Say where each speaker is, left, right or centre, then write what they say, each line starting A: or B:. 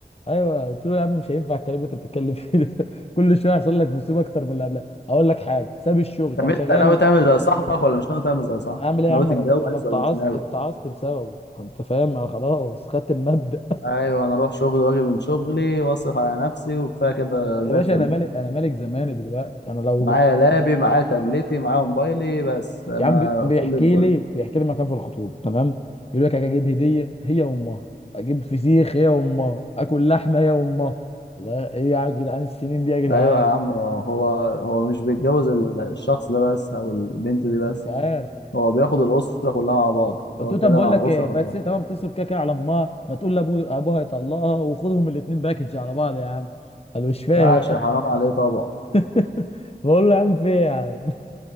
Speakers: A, on the left; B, on the left.
A: ايوه قلت له يا عم مش هينفع الكلام اللي انت بتتكلم فيه ده <laughs> كل شويه يحصل لك مصيبه اكتر من اللي قبلها اقول لك حاجه ساب الشغل كان
B: طب انت
A: شغال
B: ناوي تعمل زي صاحبك ولا مش ناوي تعمل زي صاحبك
A: اعمل ايه
B: ناوي
A: يا عم
B: تتجوز
A: انا انا اتعصت
B: ولا مش ناوي
A: اتعصت بسببه انت فاهم انا خلاص خدت المبدأ
B: ايوه انا اروح شغلي واجي من شغلي واصرف على نفسي وكفايه كده
A: <laughs> يا
B: زي
A: باشا
B: الفل
A: انا ملك انا ملك زماني دلوقتي انا لو
B: معايا لابي معايا تابلتي معايا موبايلي بس انا
A: يا عم بي- بيحكي
B: فل الفل
A: لي بيحكي لي مكان في الخطوبه تمام يقول لك اجيب هديه هي وامها اجيب فسيخ هي وامها اكل لحمه هي وامها والله ايه يا جدعان السنين دي يا جدعان
B: ايوه يا عم هو هو مش بيتجوز ال- الشخص ده بس او البنت دي بس
A: مش عارف
B: هو بياخد الاسره كلها مع بعض
A: قلت
B: هو
A: له
B: كده
A: طب بقول
B: مع
A: لك
B: الاسره
A: ايه
B: كلها
A: ما تسيب تمام تصرف كده كده على امها ما تقول لابو ابوها يطلقها وخدهم الاثنين باكج على بعض يا عم قال له مش فاهم
B: فعشان حرام عليه طبعا
A: <laughs> بقول له يا عم في ايه يا عم